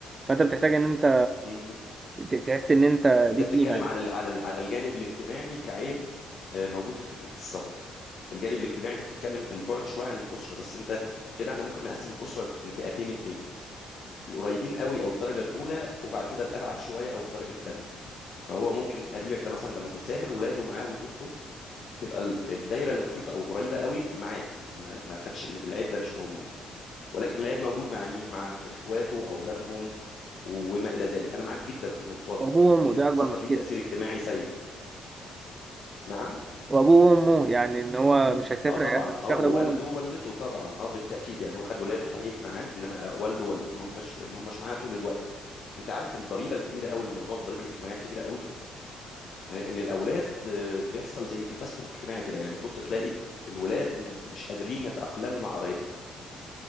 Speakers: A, on the right; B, on the left.
A: فانت بتحتاج ان انت
B: م- م.
A: ت- تحس ان انت ليك
B: انت بتتكلم
A: قيمه يعني
B: على ال- على ال- على الجانب الاجتماعي كعيب آه، موجود في فكره السفر الجانب الاجتماعي انت بتتكلم البعد شويه عن الاسره بس انت كده احنا ممكن نقسم الاسره لفئتين اتنين القريبين قوي او الدرجه الاولى وبعد كده الابعد شويه او الدرجه التانيه فهو ممكن قريبك ده مثلا لما بيسافر ولاده معاه وزوجته تبقى ال- الدايره المحيطه او القريبه قوي معاه ما ما خدش ال- العيب ده مش موجود ولكن اللعيب موجود مع مين مع اخواته اولادهم وما الى ذلك انا معاك جدا في النقطه دي
A: وابوه وامه
B: ان السفر
A: ده اكبر مشكله
B: ليه تاثير اجتماعي سيء نعم
A: وابوه وامه يعني ان هو مش هيسافر
B: اه طبعا
A: يعني مش
B: اه
A: هياخد
B: ووالده
A: ابوه وامه
B: ووالدته طبعا اه بالتاكيد يعني هو خد ولاده صحيح معاه انما والده ووالدته ما همش ما همش معاه طول الوقت انت عارف الضريبه الكبيره قوي الموضوع الضريبه الاجتماعيه الكبيره قوي آه، ان الاولاد آه، بيحصل زي تفسخ اجتماعي كده يعني تبص تلاقي الولاد مش قادرين يتاقلموا مع قرايبهم